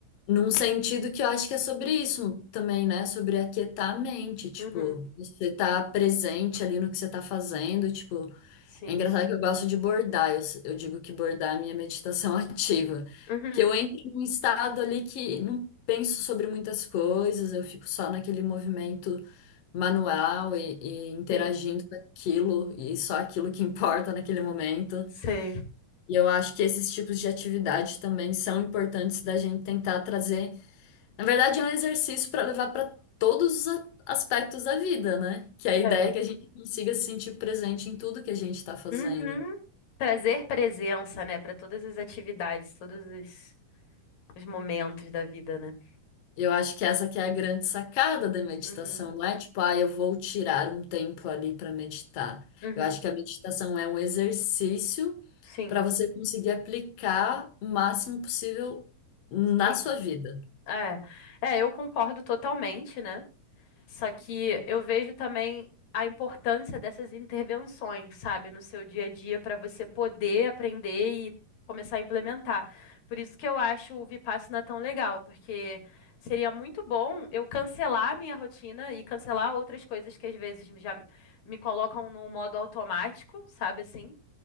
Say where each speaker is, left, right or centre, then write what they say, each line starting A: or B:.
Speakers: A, on the left; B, on the left.
A: num sentido que eu acho que é sobre isso também, né? Sobre aquietar a mente, tipo,
B: Uhum,
A: você tá presente ali no que você tá fazendo, tipo,
B: sim.
A: É engraçado que eu gosto de bordar. Eu, eu digo
B: Uhum,
A: que bordar é a minha meditação <laughs> ativa.
B: uhum,
A: Porque eu entro em um estado ali que não penso sobre muitas coisas, eu fico só naquele movimento manual e, e interagindo
B: sim.
A: com aquilo, e só aquilo que <laughs> importa naquele momento.
B: Sei.
A: E eu acho que esses tipos de atividade também são importantes da gente tentar trazer. Na verdade, é um exercício para levar para todos os a- aspectos da vida, né? Que é a ideia
B: É.
A: é que a gente consiga se sentir presente em tudo que a gente está fazendo.
B: Uhum. Trazer presença, né, para todas as atividades, todos os, os momentos da vida, né?
A: Eu acho que essa que é a grande sacada da meditação,
B: Uhum,
A: não é tipo, ah, eu vou tirar um tempo ali para meditar.
B: uhum.
A: Eu acho que a meditação é um exercício
B: Sim,
A: para você conseguir aplicar o máximo possível na
B: sim.
A: sua vida.
B: É, é, eu concordo totalmente, né? Só que eu vejo também a importância dessas intervenções, sabe, no seu dia a dia para você poder aprender e começar a implementar. Por isso que eu acho o Vipassana tão legal, porque seria muito bom eu cancelar a minha rotina e cancelar outras coisas que às vezes me- já me colocam no modo automático, sabe assim?